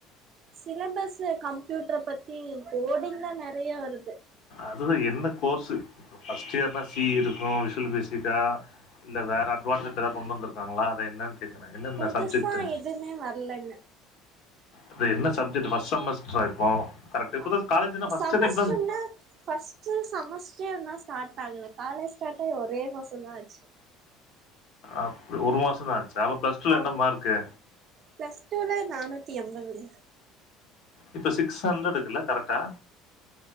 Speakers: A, on the right; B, on the left.
A: சிலபஸ்சு கம்ப்யூட்ர பத்தி கோடிங்தா நெறைய வருது
B: அதுதா என்ன கோர்ஷு ப்ப பர்ஸ்ட் இயர்னா சி இருக்கு விஷ்வல் பேசிக்கா இல்ல வேற அட்வான்ஸா இப்ப ஏதா கொண்டு வந்ருக்காங்ளா அதா என்னன் கேக்றே என்னென்ன
A: புதுசா
B: சப்ஜெக்ட்டு
A: எதுமே வரலங்க
B: அதா என்ன சப்ஜெக்ட்டு ஃபர்ஸ்ட் செமஸ்ட்ரா இப்போ கரெக்ட் இப்பதா
A: அ
B: காலேஜ்னா ஃபர்ஸ்ட்
A: செமஸ்ட்ர்
B: இயர்னா இப்பதா
A: னா ஃபர்ஸ்ட் இயர் செமஸ்ட்ரே இன்னு ஸ்டார்ட் ஆகல காலேஜ் ஸ்டார்ட் ஆகி ஒரே மாசந்தா ஆச்சு
B: அப் ஒரு மாசந்தா ஆச்சா அப்ப பிளஸ் டூல
A: ஆமா
B: என்ன மார்க்கு
A: பிளஸ் டூல நானூத்தி எம்பதுங்க
B: இப்போ சிக்ஸ் ஹண்ட்ரடுக்ல கரெக்டா